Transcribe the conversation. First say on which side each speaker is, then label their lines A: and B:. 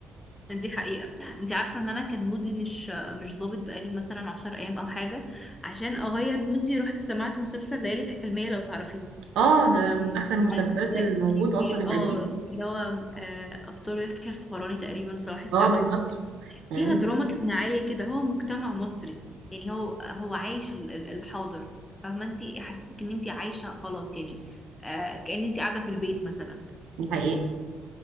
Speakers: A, on the left; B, on the right.
A: دي حقيقة أنت عارفة إن أنا كان مودي مش مش ظابط بقالي مثلا عشر أيام أو حاجة عشان أغير مودي رحت سمعت مسلسل ليالي الحلمية لو تعرفيه
B: اه ده من احسن المسلسلات
A: أجزاء
B: الموجودة
A: كتير
B: اصلا القديم
A: اه اللي هو آه، أبطال يحيى الفخراني تقريبا صلاح السعدني
B: اه بالظبط فاهمين
A: فيها دراما اجتماعية كده هو مجتمع مصري يعني هو هو عايش ال- ال- الحاضر فاهمة انت حسيتك ان انت عايشة خلاص يعني آه كأن انت قاعدة في البيت مثلا
B: دي حقيقة